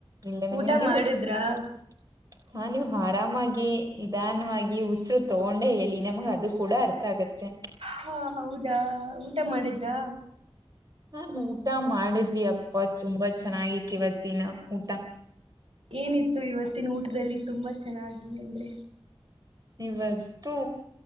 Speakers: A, on the right (about 40°); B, on the right (about 75°).
A: ಇಲ್ಲ ನಿಮಗ್
B: ಊಟ
A: ನೀವು
B: ಮಾಡಿದ್ರಾ
A: <inaudible> ಹಾ ನೀವು್ ಆರಾಮಾಗಿ ನಿಧಾನವಾಗಿ ಉಸರು ತಗೊಂಡೆ ಹೇಳಿ ನಮಗ ಅದು ಕೂಡ ಅರ್ಥ ಆಗತ್ತೆ.
B: ಹಾ ಹೌದಾ ಊಟ ಮಾಡಿದ್ರಾ.
A: ನಾ ಊಟ ಮಾಡಿದ್ವಿ ಅಪ್ಪ ತುಂಬಾ ಚೆನ್ನಾಗಿತಿ ಇವತ್ತಿನ ಊಟ.
B: ಏನಿತ್ತು ಇವತ್ತಿನ ಊಟದಲ್ಲಿ ತುಂಬಾ ಚೆನ್ನಾಗಿ ಅಂದ್ರೆ.
A: ಇವತ್ತು